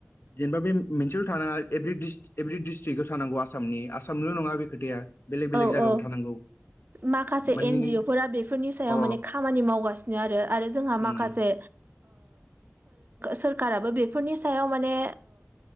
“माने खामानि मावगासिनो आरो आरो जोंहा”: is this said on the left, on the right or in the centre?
Right